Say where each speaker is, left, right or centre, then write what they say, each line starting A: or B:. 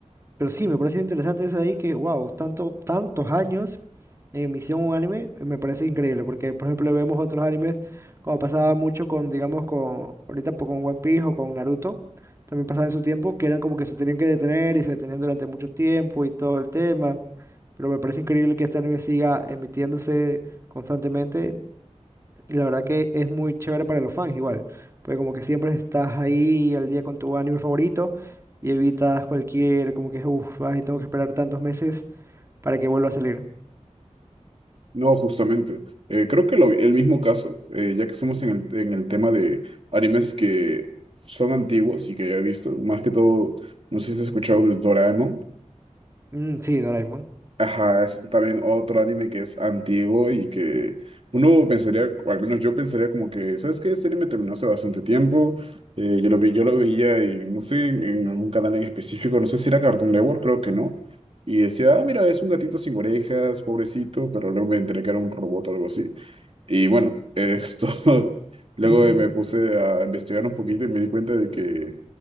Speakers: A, on the right; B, on the right.
A: Pero sí, me parece interesante eso ahí que, wow, tanto, tantos años en emisión un anime, eh, me parece increíble. Porque, por ejemplo, vemos otros animes, como pasaba mucho con, digamos, con, ahorita po- con One Piece o con Naruto, también pasaba en su tiempo, que eran como que se tenían que detener y se detenían durante mucho tiempo y todo el tema. Pero me parece increíble que este anime siga emitiéndose constantemente y la verdad que es muy chévere para los fans igual, porque como que siempre estás ahí al día con tu anime favorito y evitas cualquier, como que, uff, ay, tengo que esperar tantos meses para que vuelva a salir.
B: No, justamente. Eh, creo que lo- el mismo caso, eh, ya que estamos en el, en el tema de animes que son antiguos y que ya he visto, más que todo, no sé si has escuchado de Doraemon.
A: Mm, sí, Doraemon.
B: Ajá, es también otro anime que es antiguo y que uno pensaría, o al menos yo pensaría como que, ¿sabes qué? Este anime terminó hace bastante tiempo, eh, yo lo vi, yo lo veía y no sé, en, en algún canal en específico, no sé si era Cartoon Network, creo que no, y decía, ah, mira, es un gatito sin orejas, pobrecito, pero luego me enteré que era un robot o algo así. Y bueno, esto, <laughs> luego
A: <laughs>
B: eh, me puse a investigar un poquito y me di cuenta de que